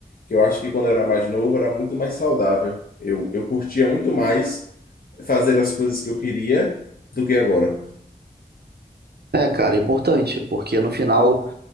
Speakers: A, on the left; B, on the right.
A: que eu acho que quando eu era mais novo era muito mais saudável. Eu, eu curtia muito mais fazer as coisas que eu queria do que agora.
B: É, cara, é importante, porque no final.